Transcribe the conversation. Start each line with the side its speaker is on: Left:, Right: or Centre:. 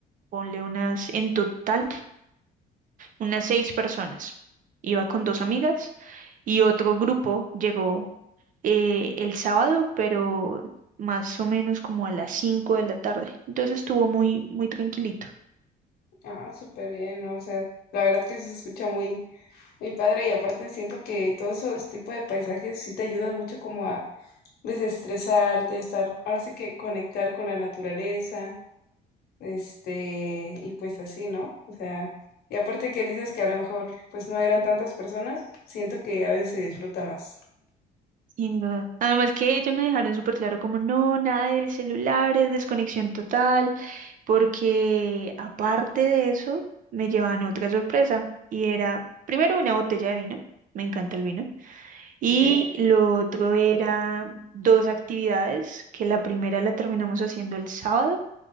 Right: ponle unas en total unas seis personas. Iba con dos amigas y otro grupo llegó eh, el sábado, pero más o menos como a las cinco de la tarde. Entonces estuvo muy, muy tranquilito.
Left: Ah, súper bien, ¿no? O sea, la verdad que sí se escucha muy, muy padre y aparte siento que todos esos tipos de paisajes sí te ayudan mucho como a desestresarte, a estar, ahora sí que conectar con la naturaleza. Este, y pues así, ¿no? O sea, y aparte que dices que a lo mejor pues no eran tantas personas, siento que a veces se disfruta más.
Right: Sin duda. Además que ellos me dejaron súper claro como no, nada de celulares, desconexión total, porque aparte de eso me llevaban otra sorpresa y era primero una botella de vino, me encanta el vino, Y
Left: ¿Ok?
Right: lo otro era dos actividades, que la primera la terminamos haciendo el sábado,